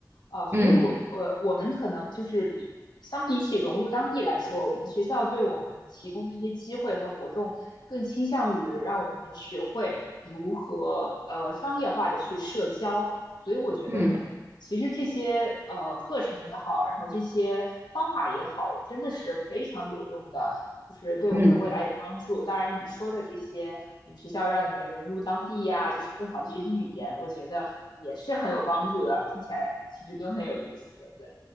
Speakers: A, on the left; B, on the right.
A: 呃，所以我呃我们可能就是比相比起融入当地来说，
B: 嗯
A: 我们学校对我们提供的这些机会和活动更倾向于让我们学会如何呃商业化的去社交，所以我觉得。
B: 嗯
A: 嗯，其实这些呃课程也好，然后这些方法也好，真的是非常有用的。就是对我们未来有帮助。
B: 嗯
A: 当然，你说的这些，你们学校让你们融入当地呀、啊就是更好的学习语言，我觉得也是很有帮助的。听起来其实都很有意思，对，